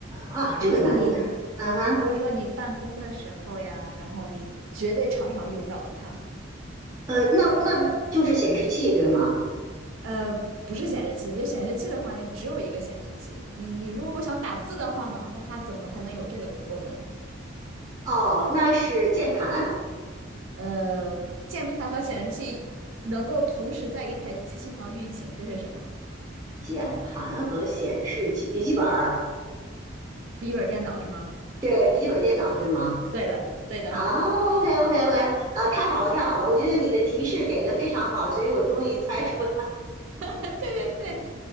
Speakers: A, on the right; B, on the right.
A: 啊，这个难的，
B: 比如说你，
A: 啊哈，
B: 比如说你办公的时候呀，然后你绝对常常用到它。
A: 呃，那那就是显示器对吗？
B: 呃，不是显示器，就显示器的话，你只有一个显示器。你你如果想打字的话呢，那它怎么才能有这个功能？
A: 哦，那是键盘，
B: 呃，键盘和显示器能够同时在一台机器上运行，这是什么？
A: 键盘和显示器，笔记本儿
B: 笔记本电脑是吗？
A: 对，笔记本电脑，对吗？
B: 对的，对的，
A: 啊，OK OK OK，啊，太好了太好了，我觉得你的提示给的非常好，所以我终于猜出，了。
B: <laughs> 对对对，